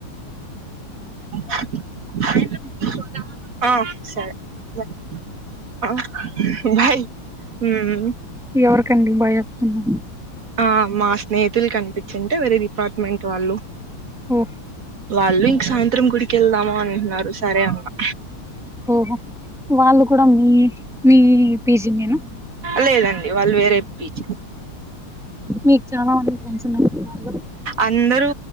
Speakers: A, on the right (about 45°); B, in the centre.
A: <inaudible> ఆ సరే బాయ్ ఆ బాయ్ హ్మ్.
B: ఎవరిక అండి బాయ్ అత్ప్తుము
A: ఆ మా స్నేహితులు కనిపించింటే వేరే డిపార్ట్మెంట్ వాళ్ళు
B: ఉ
A: వాళ్ళు ఇంక సాయంత్రం గుడికి వెళ్దాము అని అంటు ఉన్నారు సరే అన్నా
B: ఓహో వాళ్ళు కూడా మీ మీ పిజీంగేనా
A: లేద అండి వాళ్ళు వేరే పిజీంగ్
B: మీకు చాలా మంది ఫ్రెండ్స్ ఉన్నార్ న్నారుగ
A: అందరూ